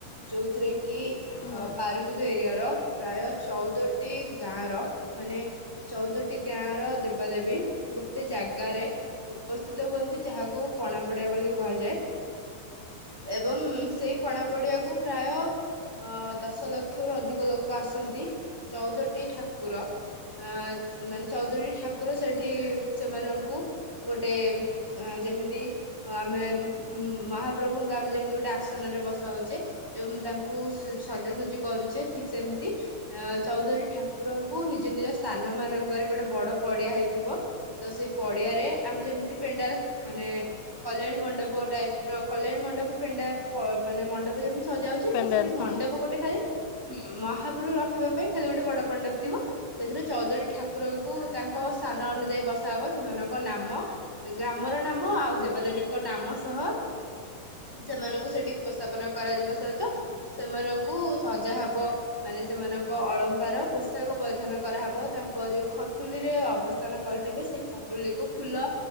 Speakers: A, in the centre; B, on the left (about 80°).
A: ଯୋଉଥିରେ କି
B: ହଁ
A: ପାରିକୁଦ ଏରିଆର ପ୍ରାୟ ଚଉଦ ଗୋଟିଏ ଗାଁର, ମାନେ ଚଉଦଟି ଗାଁର ଦେବାଦେବୀ ଗୋଟେ ଜାଗାରେ ଉପସ୍ଥିତ ହୁଅନ୍ତି, ଯାହାକୁ ପଣାପଡିଆ ବୋଲି କୁହାଯାଏ ଏବଂ ସେଇ ପଣା ପଡିଆକୁ ପ୍ରାୟ ଅ ଦଶଲକ୍ଷରୁ ଅଧିକ ଲୋକ ଆସନ୍ତି। ଚଉଦଟି ଠାକୁର। ଆ ମାନେ ଚଉଦଟି ଠାକୁର ସେଠି ସେମାନଙ୍କୁ ଗୋଟେ ଯେମିତି, ଆମେ ମ-ମହାପ୍ରଭୁଙ୍କୁ ଆମେ ଯେମତି ଗୋଟେ ଆସନରେ ବସାଉଚେ ଏବଂ ତାଙ୍କୁ ସଜାସଜି କରୁଚେ ଠିକ ସେମତି, ଅ ଚଉଦଟି ଠାକୁରଙ୍କୁ ନିଜ ନିଜ ସ୍ଥାନ ମାନଙ୍କରେ ଗୋଟେ ବଡ ପଡିଆ ହେଇଥିବ, ତ ସେଇ ପଡିଆରେ ଆମେ ଯେମତି ପେଣ୍ଡାଲ୍, ମାନେ କଲ୍ୟାଣୀ ମଣ୍ଡପ ଟାଇପର କଲ୍ୟାଣୀ ମଣ୍ଡପ ପେଣ୍ଡା ପ ମାନେ ମଣ୍ଡପ ଯେମିତି ସଜା ହଉଛି,
B: ପେଣ୍ଡାଲ
A: ତ ସେଇ ମଣ୍ଡପ
B: ହଁ
A: ଗୋଟେ ଖାଲି ହୁଁ। ମହାପରୁ ରଖିବା ପାଇଁ ଖାଲି ଗୋଟେ ବଡ ପଣ୍ଡପ ଥିବ। ସେଥିରେ ଚଉଦଟି ଠାକୁରଙ୍କୁ ତାଙ୍କ ସାନ ଅନୁଯାୟୀ ବସାହବ। ସେମାନଙ୍କ ନାମ, ଗ୍ରାମର ନାମ ଆଉ ଦେବାଦେବୀଙ୍କ ନାମ ସହ ସେମାନଙ୍କୁ ସେଠି ଉପସ୍ଥାପନା କରାଯିବା ସହିତ, ସେମାନଙ୍କୁ ସଜା ହବ ମାନେ ସେମାନଙ୍କ ଙ୍କ ଅଳଙ୍କାର, ପୋଷାକ ପରିଧାନ କରାହବ, ତାଙ୍କ ଯୋଉ ଖଟୁଲିରେ ଅବସ୍ଥାନ କରିଥିବେ, ସେଇ ଖଟୁଲିକୁୁ ଫୁଲ